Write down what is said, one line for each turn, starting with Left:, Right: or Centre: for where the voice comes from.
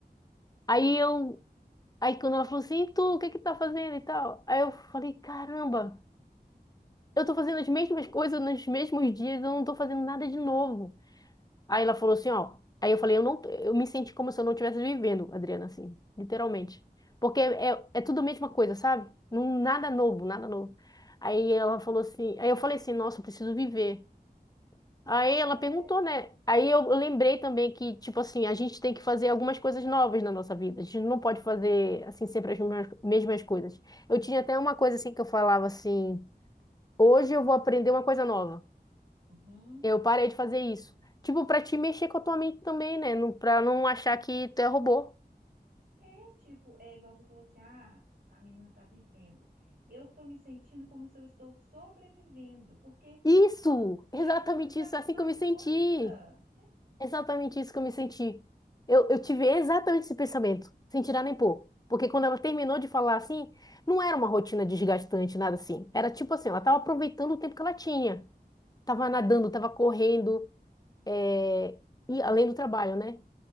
Left: Aí eu, aí quando ela falou assim, "E tu, o que que tá fazendo e tal? Aí eu falei, caramba, eu tô fazendo as mesmas coisas nos mesmos dias, eu não tô fazendo nada de novo. Aí ela falou assim, ó. Aí eu falei, eu não, eu me senti como se eu não estivesse vivendo, Adriana, assim, literalmente. Porque é, é tudo a mesma coisa, sabe? Não, nada novo, nada novo. Aí ela falou assim, aí eu falei assim, nossa, eu preciso viver. Aí
Right: É.
Left: ela perguntou, né? Aí eu eu lembrei também que, tipo assim, a gente tem que fazer algumas coisas novas na nossa vida. A gente não pode fazer, assim, sempre as mesmas, mesmas coisas. Eu tinha até uma coisa, assim, que eu falava assim, hoje eu vou aprender uma coisa nova.
Right: Uhum.
Left: Eu parei de fazer isso. Tipo, pra te mexer com a tua mente também, né? Não, pra não achar que tu é robô.
Right: É tipo, é igual você falou assim, ah, a menina tá vivendo. Eu tô me sentindo como se eu estou sobrevivendo, porque
Left: Isso!
Right: é
Left: Exatamente
Right: todo dia
Left: isso,
Right: a mesma
Left: é assim que eu
Right: coisa.
Left: me senti. Exatamente isso que eu me senti. Eu, eu tive exatamente esse pensamento, sem tirar nem pôr. Porque quando ela terminou de falar assim, não era uma rotina desgastante, nada assim. Era tipo assim, ela tava aproveitando o tempo que ela tinha. Tava nadando, tava correndo, é, e além do trabalho, né?